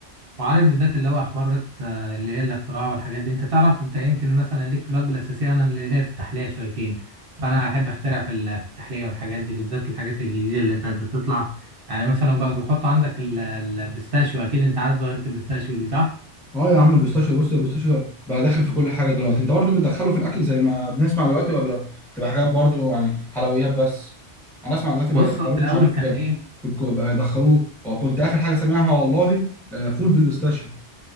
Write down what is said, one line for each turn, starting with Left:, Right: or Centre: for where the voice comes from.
Right: وعارف بالذات اللي هو حوارات آه، اللي هي الاختراع والحاجات دي انت تعرف انت يمكن مثلا ليك في الوجبه الاساسيه انا اللي ليا في التحليه شويتين فانا احب اخترع في ال- في التحليه والحاجات دي بالذات الحاجات الجديده اللي كانت بتطلع يعني مثلا بقى بيحط عندك ال- البيستاشيو اكيد انت عارف ظاهره البيستاشيو دي صح
Centre: اه يا عم البيستاشيو بص البيستاشيو بقى داخل في كل حاجه دلوقتي انت برضو بتدخله في الاكل زي ما بنسمع دلوقتي ولا بتبقى حاجات برضو يعني حلويات بس انا اسمع دلوقتي بقى
Right: بص
Centre: يدخلوه
Right: هو في الاول
Centre: مش عارف
Right: كان
Centre: في
Right: ايه
Centre: الكو- بقى يدخلوه وكنت اخر حاجه سامعها والله آه، فول بالبيستاشيو